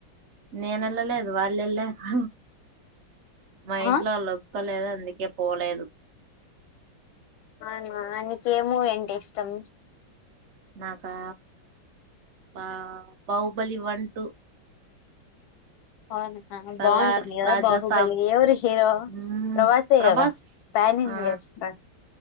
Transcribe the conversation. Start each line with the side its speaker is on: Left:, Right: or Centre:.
Right: నేనె వేలలేదు వాల్ వెలారు హ మా ఇంట్లో
Left: ఆ
Right: అలొపిక లేదు అందుకే గ పోలేదు
Left: అవునా నీకేమూవీ అంటే ఇష్టం
Right: నాకా బా బాహుబలి వన్ టూ
Left: అవునా
Right: సలార్
Left: బాగుంటుంది కదా
Right: రాజాసాబ్
Left: బాహుబలి ఎవరు హీరో
Right: మ్,
Left: ప్రభాసే
Right: ప్రభాస్
Left: కదా ప్యాన్ ఇండియా
Right: ఆ
Left: స్టా